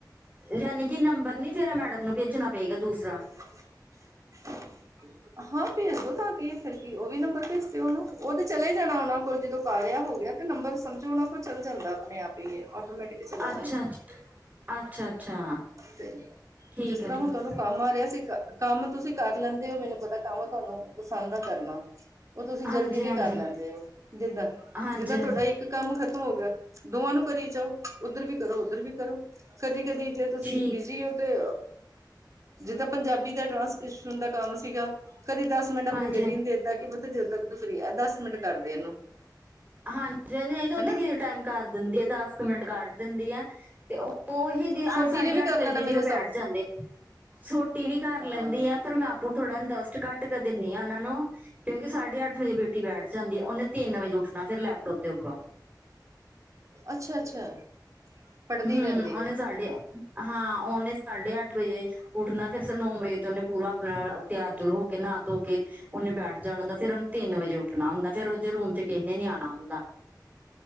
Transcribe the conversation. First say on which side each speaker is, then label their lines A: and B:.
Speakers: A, on the right; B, on the right.
A: ਯਾਨੀ ਕਿ ਨੰਬਰ ਨੀ ਫਿਰ ਮੈਡਮ ਨੂੰ ਭੇਜਣਾ ਪਏਗਾ ਦੂਸਰਾ
B: <inaudible> ਹਾਂ ਭੇਜ ਦਿਓ ਤਾਂ ਕੀ ਫਿਰ ਕੀ ਉਹ ਵੀ ਨੰਬਰ ਭੇਜ ਦਿਓ ਉਹਨੂੰ ਉਹ ਤੇ ਚਲੇ ਜਾਣਾ ਉਹਣਾ ਨੂੰ ਕੋਲ ਜਦੋਂ ਕਾਰ ਰਿਹਾ ਹੋ ਗਿਆ ਤੇ ਨੰਬਰ ਸਮਝੋ ਉਹਨਾਂ ਕੋਲ ਚੱਲ ਜਾਂਦਾ ਆਪਣੇ ਆਪ ਹੀ ਆਟੋਮੈਟਿਕਲੀ ਚਲਾ
A: ਅੱਛਾ
B: ਜਾਂਦਾ।
A: ਅੱਛਾ -ਅੱਛਾ।
B: ਤੇ
A: ਠੀਕ
B: ਜਿਸ ਤਰ੍ਹਾਂ
A: ਹੈ ਠੀਕ
B: ਹੁਣ ਤੁਹਾਨੂੰ
A: ਹੈ
B: ਕੰਮ ਆ ਰਿਹਾ ਸੀ। ਕੰਮ ਤੁਸੀਂ ਕਰ ਲੈਂਦੇ ਹੋ ਮੈਨੂੰ ਪਤਾ ਕੰਮ ਤੁਹਾਨੂੰ ਪਸੰਦ ਆ ਕਰਨਾ। ਉਹ ਤੁਸੀਂ
A: ਹਾਂਜੀ
B: ਜਲਦੀ ਵੀ
A: ਹਾਂਜੀ
B: ਕਰ ਲੈਂਦੇ ਹੋ। ਜਿੱਦਾਂ-
A: ਹਾਂਜੀ
B: ਜਿੱਦਾਂ
A: ਹਾਂਜੀ
B: ਤੁਹਾਡਾ ਇੱਕ ਕੰਮ ਖਤਮ ਹੋ ਗਿਆ ਦੋਵਾਂ ਨੂੰ ਕਰੀ ਚਾਹੋ ਉੱਧਰ ਵੀ ਕਰੋ ਉੱਧਰ ਵੀ ਕਰੋ। ਕਦੀ- ਕਦੀ ਜੇ ਤੁਸੀਂ
A: ਠੀਕ
B: ਜੀ ਉਹ ਤੇ ਜਿੱਦਾਂ ਪੰਜਾਬੀ ਦਾ ਟ੍ਰਾਂਸਲੇਸ਼ਨ ਦਾ ਕੰਮ ਸੀਗਾ। ਕਦੀ ਦਸ ਮਿੰਟ ਆਪਣੀ
A: ਹਾਂਜੀ
B: ਬੇਟੀ ਨੂੰ ਦੇ ਦਿੱਤਾ ਕਿ ਪੁੱਤ ਜਦੋਂ ਤੱਕ ਤੂੰ ਫਰੀ ਆ ਦਸ ਮਿੰਟ ਕਰਦੇ ਇਹਨੂੰ
A: ਹਾਂਜੀ ਨਹੀਂ ਤਾਂ
B: ਹਨਾ
A: ਉਥੇ ਕਿ ਟਾਈਮ ਕਰ ਦਿੰਦੀ ਆ ਦਸ ਕਮਿੰਟ ਕੱਢ ਦਿੰਦੀ ਹੈ ਤੇ ਉਹੀ
B: ਛੋਟੀ
A: ਅੱ ਸਾਢੇ
B: ਨੇ ਵੀ ਕਰ
A: ਅੱਠ ਵਜੇ
B: ਲੈਣਾ
A: ਦੀਦੀ
B: ਮੇਰੇ
A: ਉਹ
B: ਹਿਸਾਬ
A: ਬੈਠ ਜਾਂਦੇ ਛੋਟੀ ਵੀ ਕਰ
B: ਹਾਂ
A: ਲੈਂਦੀ ਆ ਫਿਰ ਮੈਂ ਆਪ ਥੋੜਾ ਇੰਟਰਸਟ ਘੱਟ ਕੇ ਦਿੰਦੀ ਹਾਂ ਉਹਨਾ ਨੂੰ, ਕਿਉਂਕਿ ਸਾਢੇ ਅੱਠ ਵਜੇ ਬੇਟੀ ਬੈਠ ਜਾਂਦੀ ਹੈ। ਉਹਨੇ ਤਿੰਨ ਵਜੇ ਉੱਠਣਾ ਫਿਰ ਲੈਪਟੋਪ ਤੇ ਉੱਪਰ
B: ਅੱਛਾ- ਅੱਛਾ। ਪੜ੍ਹਦੀ
A: ਹੂ
B: ਰਹਿੰਦੀ
A: ਉਹਨੇ
B: ਹੈ
A: ਸਾਡੇ ਹਾਂ ਉਹਨੇ ਸਾਢੇ ਅੱਠ ਵਜੇ ਉੱਠਣਾ, ਫਿਰ ਨੌ ਵਜੇ ਤੇ ਉਹਨੇ ਪੂਰਾ ਆਪਣਾ ਤਿਆਰ ਤਿਓਰ ਹੋ ਕੇ ਨਹਾ ਧੋਂ ਕੇ ਉਹਨੇ ਬੈਠ ਜਾਣਾ ਹੁੰਦਾ ਫ਼ਿਰ ਉਹਨੂੰ ਤਿੰਨ ਵਜੇ ਉੱਠਣਾ ਹੁੰਦਾ, ਫੇਰ ਉਹਦੇ ਰੂਮ ਚ ਕਿਸੇ ਨੇ ਨੀ ਆਉਣਾ ਹੁੰਦਾ।